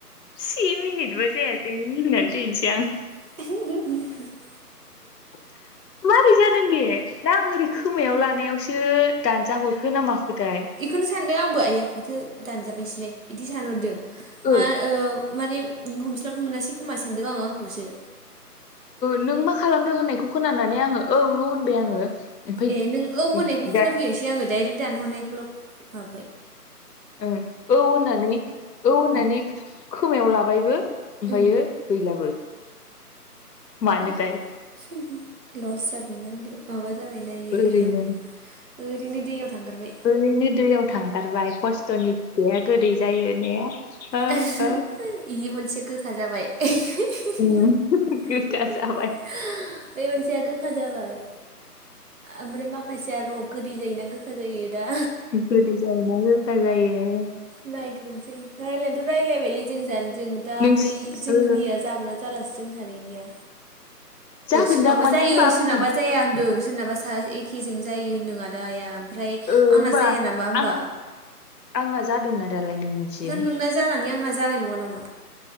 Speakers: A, on the left; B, on the right.
A: से मिनिटबो जायासै मिनिनानै दनोसै आं।
B: <inaudible>
A: <inaudible> माबारै जादों बे दा आं ओरै खोमायाव लानायावसो दानजााहरखो नाामाखोथाय
B: बेखौनो सानदों आंबो आइया माथो दानजाबायसैलाय बिदि सानहरदों
A: ओ
B: मा माने हमस्लाब मोनासै खोमा सानदों आङो आंखौसो
A: नों मा खालामदों होननायखौ खोनानानै आङो औल' होनबाय आङो ओमफ्राय
B: ए नों औ होनायखौ खोनाफैयासै
A: दा
B: आङो दडाइरेक्ट दानहरनायखौल' माबै
A: ओ औ होननानै औ होननानै
B: उम
A: खोमायाव लाबायबो ओमफ्रायो
B: उम
A: गैलाबो। मानोथाय
B: लस जाबायनादो माबा जाबायना बियो
A: ओरैनो
B: गैला ओरैनो दैयाव थांग्रबाय‌
A: ओरैनो दैयाव थांगारबाय खस्थ'नि फिथाया गोदै जायो होननाया। ओ
B: बे
A: ओ
B: मोनसे गोखा जाबाय। बे
A: उम। गोखा जाबाय
B: मोनसेया गोखा जाबाय। ओमफ्राय माखासेया र' गोदै जायोना गोखा जायो दा
A: गोदै जायोना गोखा जायो ‌
B: नायग्रोनोसै रायज्लायनानैथ' रायज्लायबायलाय जों जानो जों दा
A: नोंसि
B: ओमफ्राय जोंनिया
A: ओ
B: जागोन जा जों सानैनिया
A: जागोनदां
B: सोरनावबा
A: माथो
B: जायो
A: होनबा आंनिखौ
B: सोरनावाबा जाया होनदों सोरनाबा ा एखेजोंों जायो होन्दों आदा आइया ओमफ्राय
A: ओ होनबा
B: आंना जाया नामा होनोमबा?
A: आं आंना जादोंना दालाय नों मिथिग
B: ओंखाय नोंना जानानै आंना जानाय नङा नामा?